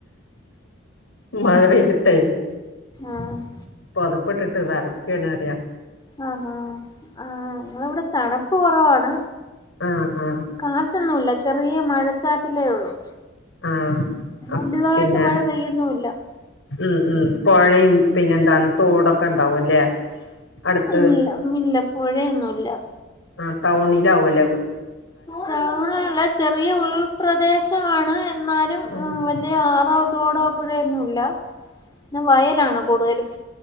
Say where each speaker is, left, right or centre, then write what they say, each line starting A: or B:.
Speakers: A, on the left; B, on the left.
A: മഴ പെയ്തിട്ടെ
B: ആഹ്
A: പുതപ്പെട്ടിട്ട് വറക്കണറിയ
B: ആഹഹാ ആഹ ഇവിടെ തണുപ്പ് കുറവാണ്
A: ആ ആ
B: കാത്തൊന്നുമല്ല ചെറിയ മഴ ച്ചാറ്റേ ഉള്ളൂ
A: ആ
B: വലതായിട്ട്
A: പിന്നെ
B: മഴ പെയ്യൊന്നല്ല
A: ഉം ഉം പുഴയും പിന്നെ എന്താണ് തോടൊക്കെ ഉണ്ടാവുംല്ലേ അടുത്ത്
B: ഇല്ല ഇില്ലപ്പോഴേന്നുമല്ല
A: ആ ടൗണില ആവും അല്ലവ്
B: ടൗണല്ല ചെറിയ ഉൾപ്രദേശമാണ് എന്നാലും
A: ഉം
B: വലിയ ആറോത്തോടോ അപ്പോഴൊന്നുംല്ല പി വയലാണ് കൂടുതലും